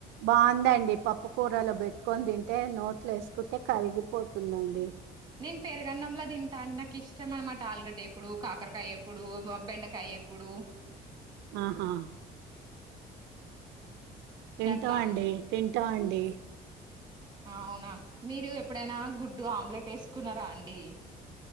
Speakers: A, on the right (about 85°); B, on the right (about 25°).
A: బాందండి పప్పు కూరలో బె ట్టుకొని దింటే నోట్లో వేసుకుంటే కరిగిపోతుందండి
B: నేను పెరుగన్నంలో తింటా నాకు ఇష్టం అనమాట ఆలుగడ్డ వేపుడు, కాకరకాయ వేపుడు, వా బెండకాయ్ వెప్పుడు
A: ఆహా
B: అండి
A: తింటం
B: అట్లా
A: అండి తింటం అండి
B: అవునా మీరు ఎప్పుడైనా గుడ్డు ఆమ్లెట్ వేసుకున్నారా అండి